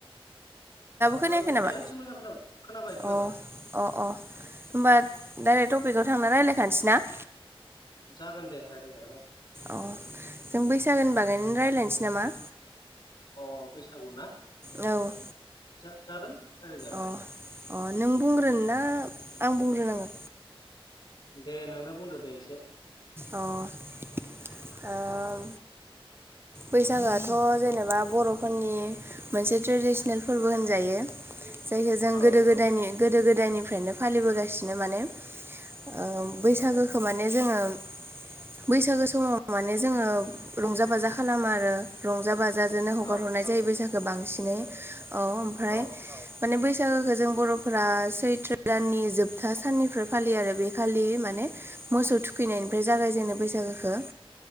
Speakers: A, on the left (about 50°); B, on the right (about 25°).
A: दाबो
B: खोनायाखै नामा
A: दा एसे मोजां खोनाबाय खोनाबाय खोनाबाय।
B: अ अ अ होमबा डाइरेक्ट टपिकआव थांना रायज्लायखानोसै ना?
A: जागोन दे रायज्लाय जागोन औ।
B: अ जों बैसागोनि बागैनो रायज्लायनोसै नामा?
A: अ बैसागु ना?
B: औ।
A: जा - जागोन। रायज्लायजागोन
B: अ अ नों बुंग्रोन ना आं बुंग्रोनांगौ?
A: दे नोंनो बुंदो दे एसे।
B: अ ओ- बैसागोआथ' जेनेबा बर'फोरनि मोनसे ट्रेडिसनेल फोरबो होनजायो। जायखो जों
A: औ
B: गोदो गोदायनि गोदो गोदायनिफ्रायनो फालिबोगासिनो माने ओ बैसागोखो खो - माने जोङो बैसागो समाव माने जोङो रंजा बाजा खो खालामो आरो रंजा बाजाजोंनो हगार
A: औ
B: हरनाय जायो बैसागोखो बांसिनै औ ओमफ्राय
A: औ
B: माने बैसागोखौ जों बर'फोरा सैथ्र दाननि जोबथा साननिफ्राय फालियो आरो बे खालि माने मोसौ थुखैनायनिफ्राय जागाय जेननो बैसागोखौ।